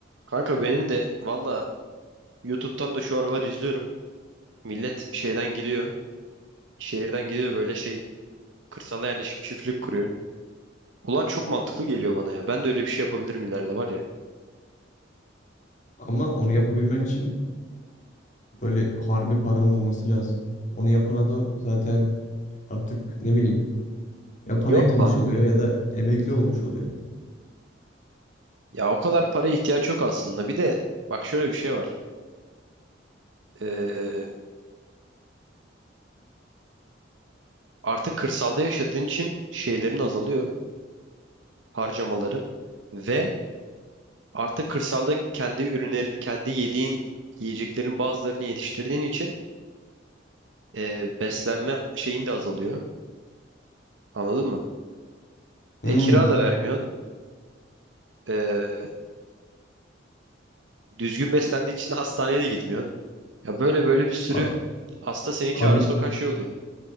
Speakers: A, on the right; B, on the left.
A: Kanka benim de valla YouTube'dan da şu aralar izliyorum. Millet şeyden gidiyor. Şehirden gidiyor böyle şey kırsala yerleşip çiftlik kuruyor. Ulan çok mantıklı geliyor bana ya. Ben de öyle bir şey yapabilirim ileride var ya.
B: Ama onu yapabilmen için böyle harbi paran olması lazım. Onu yapan adam zaten artık ne bileyim ya parayı
A: Yok
B: bulmuş
A: lan.
B: oluyor ya da emekli olmuş oluyor.
A: Ya o kadar paraya ihtiyaç yok aslında. Bir de bak şöyle bir şey var. Ee, artık kırsalda yaşadığın için şeylerin azalıyor. Harcamaları. Ve artık kırsalda kendi ürünlerin, kendi yediğin yiyeceklerin bazılarını yetiştirdiğin için e, beslenme şeyin de azalıyor. Anladın mı?
B: Hmm.
A: E kira da vermiyorsun. E, düzgün beslendiğin için de hastaneye de gitmiyorsun. Ya böyle böyle bir sürü
B: Abi,
A: hasta seni
B: abi
A: kâra sokan şey oluyor.